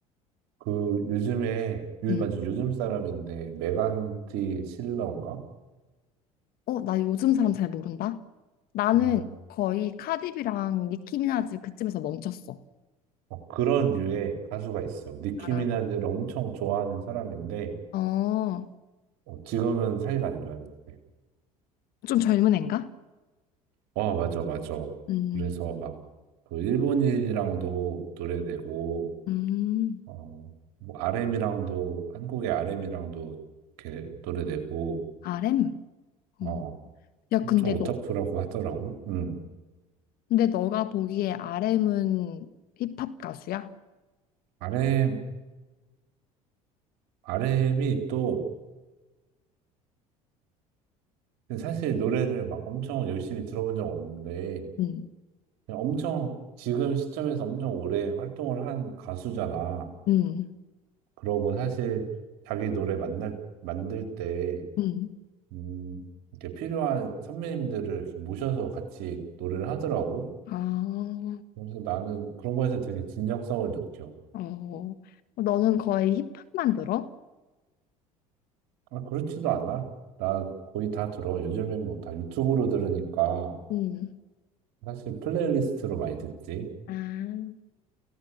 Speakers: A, on the right; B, on the left.
A: 그 요즘에 요
B: 응.
A: 맞지 요즘 사람인데 메간디 실러인가?
B: 어, 나 요즘 사람 잘 모른다. 나는
A: 어,
B: 거의 카디비랑 니키미나즈 그쯤에서 멈췄어.
A: 어, 그런 류의 가수가 있어. 니키
B: 아,
A: 미나즈를 엄청 좋아하는 사람인데
B: 어,
A: 어, 지금은 사이가 안 좋아졌대.
B: 좀 젊은 애인가?
A: 와 맞아 맞아.
B: 음,
A: 그래서 막 그 일본인이랑도 노래 내고
B: 음,
A: 어, 뭐 RM이랑도 한국의 RM이랑도 이렇게 노래 내고
B: RM?
A: 어,
B: 음. 야,
A: 엄청
B: 근데
A: 오타쿠라고
B: 너
A: 하더라고. 음.
B: 근데 너가 보기에 RM은 힙합 가수야?
A: r 엠 RM이 또 근데 사실 노래를 막 엄청 열심히 들어본 적 없는데,
B: 응,
A: 그냥 엄청 지금 시점에서 엄청 오래 활동을 한 가수잖아.
B: 응,
A: 그러고 사실 자기 노래 만날, 만들 때,
B: 응.
A: 음, 이렇게 필요한 선배님들을 이렇게 모셔서 같이 노래를 하더라고.
B: 아,
A: 그래서 나는 그런 거에서 되게 진정성을 느껴.
B: 어. 너는 거의 힙합만 들어?
A: 아, 그렇지도 않아. 나 거의 다 들어. 요즘엔 뭐 다 유튜브로 들으니까
B: 응.
A: 사실 플레이리스트로 많이 듣지.
B: 아,